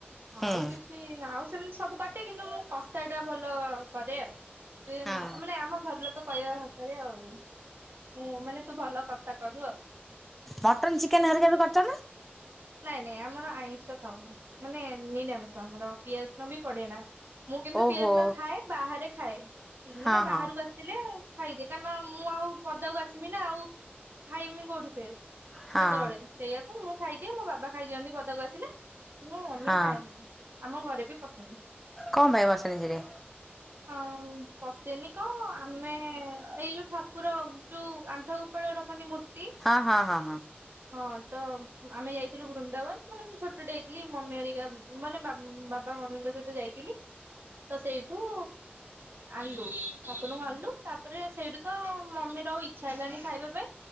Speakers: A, in the centre; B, on the right.
A: ହୁଁ।
B: ଆଉ କିଛି <unintelligible> ଆଉ ସେମିତି ସବୁ କରିଦେଇ କିନ୍ତୁ ମୁଁ କସ୍ଟା ଟା ଭଲ କରେ ଆଉ। ସେ
A: ହଁ।
B: ବଲେ ଆମ ଘର୍ ଲୋକ କହିବା ଭାଷାରେ ଆଉ। ହୁଁ ମାନେ ତୁ ଭଲ କଷା କରୁ ଆଉ।
A: ମଟନ୍ ଚିକେନ୍ ହରିକା ବି କରିଚ ନା?
B: ନାଇଁ ନାଇଁ ଆମର ଆଇଁଷ ଖାଉ ନା ମାନେ ନିରାମିଷ ଆମର ପିଆଜ ସୁନ ପଡେ ନା। ମୁଁ କିନ୍ତୁ
A: ଓହୋ।
B: ପିଅଜ ନ ଖାଏ ବାହାରେ ଖାଏ
A: ହଁ
B: ମାନେ ବାହାରକୁ
A: ହଁ
B: ଆସ ସିଲେ ଖାଇଦିଏ କାରଣ ମୁଁ ଆଉ ପଦାକୁ ଆସିବି ନା ଆଉ ଖାଇମିନି କୋଉଠି ଫେର।
A: ହଁ
B: ଯେତେବେଳେ ସେଇଆକୁ ମୁଁ ଖାଇଦିଏ ମୋ ବାବା ଖାଇଦିଅନ୍ତି ପଦାକୁ ଆସିଲେ, ଏ ମୁଁ ମାନିକି
A: ହଁ
B: ଖାଇଏନି। ଆମ ଘରେ ବି ପସେନି।
A: କଣ ପାଇଁ ବସିନି କିରେ?
B: ହଁ ପସେନି କଣ ଆମେ ଏଇ ଯୋଉ ଠାକୁର ଯୋଉ ଆଣ୍ଠ ଆ ଗୋପାଳ ରଖନ୍ତି ମୂର୍ତ୍ତି।
A: ହଁ ହଁ ହଁ ହଁ।
B: ହଁ ତ ଆମେ ଯାଇଥିଲୁ ବୃନ୍ଦାବନ ମାନେ ମୁଁ ଛୋଟେ ଟେ ଯାଇଥିଲି ମମି ହରିକା ମାନେ ବାବା ମମିଙ୍କ ସହିତ ଯାଇ ଥିଲି ତ ସେଇଠୁ ଆଣଲୁ। ଠାକୁରଙ୍କୁ ଆଣଲୁ ତାପରେ ସେଇଠୁ ତ ମମିର ଆଉ ଇଚ୍ଛା ହେଲାନି ଖାଇବା ପାଇଁ।